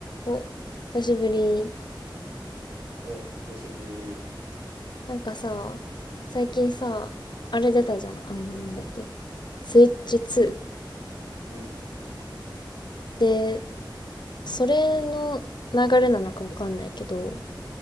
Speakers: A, on the left (about 60°); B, on the right (about 65°).
A: お、久しぶり。
B: お、久しぶり。
A: なんかさ、最近さ、あれ出たじゃん。あの、なんだっけ。スイッチ2。
B: うん、
A: で、それの流れなのかわかんないけど、